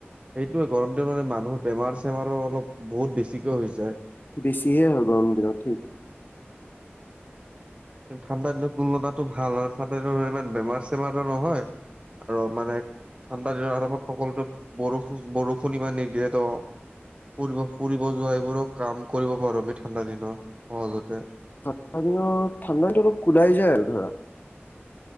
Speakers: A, on the right; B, on the left.
A: সেইটোৱে গৰম দিন মানে মানুহৰ বেমাৰ-চেমাৰো অলপ বহুত বেছিকে হৈ যায়।
B: বেছিহে হয়, গৰম দিনত ঠিক।
A: ঠাণ্ডা দিনত তুলনাতো ভাল, আৰু ঠাণ্ডা দিনত ইমান বেমাৰ চেমাৰো নহয়। আৰু মানে ঠাণ্ডা দিনৰ আৰামত সকলোতো বৰষুণ বৰষুণ ইমান নিদিয়ে তো। ফুৰিব ফুৰিব যোৱা এইবোৰো কাম কৰিব পাৰো আমি ঠাণ্ডা দিনত সহজতে।
B: ঠাণ্ডা দিনত ঠাণ্ডা দিনো অলপ কোলাই যায় আৰু ধৰা।